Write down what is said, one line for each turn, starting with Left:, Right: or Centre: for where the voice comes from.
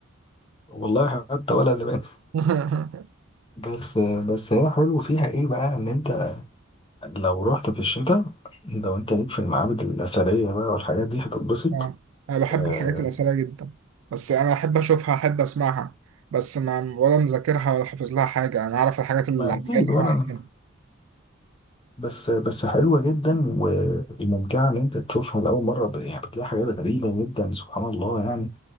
Left: <clears throat> والله حتى ولا لباس
Right: <laughs>
Left: بس بس هي حلو فيها ايه بقى ان انت لو رحت في الشتاء لو انت ليك في المعابد الأثرية بقى والحاجات دي هتتبسط
Right: آه، انا بحب
Left: آه،
Right: الحاجات الاثريه جدا بس انا احب اشوفها احب اسمعها بس ما ولا مذاكرها ولا حافظ لها حاجه انا عارف الحاجات العاميه
Left: ما أكيد
Right: اللي
Left: وأنا
Right: احنا عارفينها
Left: بس بس حلوة جدا و- وممتعة إن أنت تشوفها لأول مرة ب- يعني بتلاقي حاجات غريبة جدا سبحان الله يعني